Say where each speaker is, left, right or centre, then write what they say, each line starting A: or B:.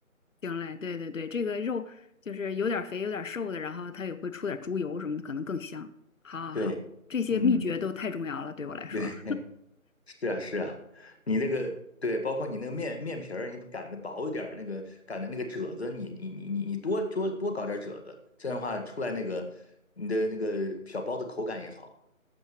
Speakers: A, on the left; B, on the left.
A: 行嘞，对对对，这个肉就是有点儿肥有点儿瘦的，然后它也会出点儿猪油什么的，可能更香。好好好，
B: 对，
A: 这些秘诀都太重要了，
B: 嗯，
A: 对我来说。
B: 对。<laughs> 是啊，是啊，你那个对，包括你那个面面皮儿，你擀的薄一点儿，那个擀的那个褶子，你你你你你多多多搞点褶子，这样的话出来那个你的那个小包子口感也好。